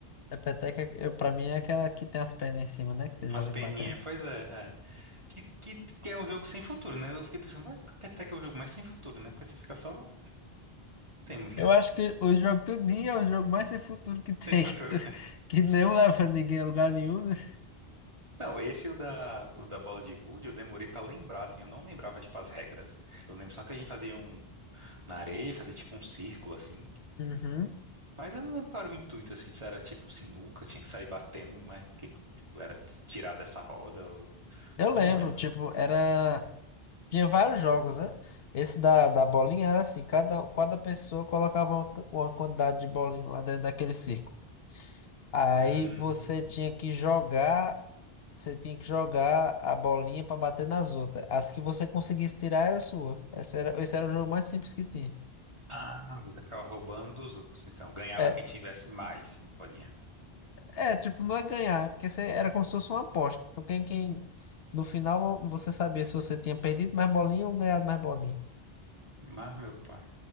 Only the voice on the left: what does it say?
A peteca, eu, pra mim, é aquela que tem as pernas em cima, né? Que você
joga
de batendo.
Eu
acho que o jogo Tudinho é o jogo mais sem futuro que tem,
<laughs> que, tu- que não leva ninguém a lugar nenhum, né?
Uhum.
Eu
lembro,
tipo, era. Tinha vários jogos, né? Esse da, da bolinha era assim, cada, cada pessoa colocava uma, ca- uma quantidade de bolinha lá dentro daquele círculo. Aí
você tinha que jogar, você tinha que jogar a bolinha pra bater nas outras. As que você conseguisse tirar era sua. Esse era, esse era o jogo mais simples que tinha.
É,
É, tipo, não é ganhar, é porque você, era como se fosse uma aposta. Então, quem, quem, no final, você sabia se você tinha perdido mais bolinha ou ganhado mais bolinha.